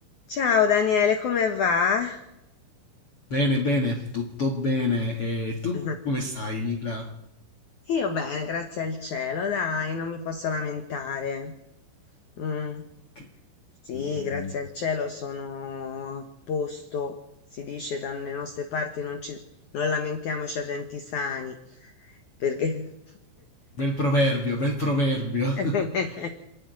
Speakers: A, on the left; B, on the left.
A: Ciao Daniele, come va?
B: Bene, bene, tutto bene. E tu
A: <laughs>
B: come stai, Nicla?
A: Io bene, grazie al cielo, dai, non mi posso lamentare. Mm.
B: Ok.
A: Sì,
B: Mm, mm,
A: grazie
B: mm.
A: al cielo sono a posto, si dice dalle nostre parti non ci, non lamentiamoci a denti sani, perché...
B: Bel proverbio, bel proverbio.
A: <laughs>
B: <laughs>